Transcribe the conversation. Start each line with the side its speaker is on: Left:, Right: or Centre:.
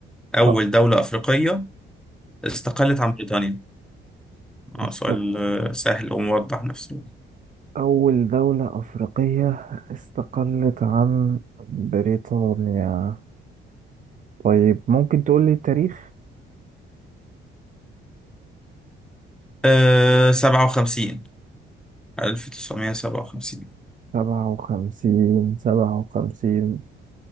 Centre: أول
Right: طب،
Centre: دولة أفريقية استقلت عن بريطانيا اه
Right: است-
Centre: سؤال آه، سهل وموضح نفسه
Right: أول دولة أفريقية استقلت عن بريطانيا طيب ممكن تقول لي التاريخ؟
Centre: آه... 57 1957
Right: سبعة وخمسين سبعة وخمسين